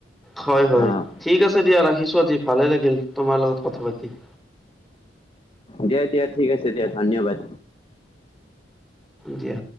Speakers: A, in the centre; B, on the left.
A: হয় হয়
B: অ'।
A: ঠিক আছে দিয়া ৰাখিছোঁ আজি ভালে লাগিল তোমাৰ লগত কথা পাতি।
B: দিয়া, দিয়া ঠিক আছে দিয়া ধন্যবাদ।
A: দিয়।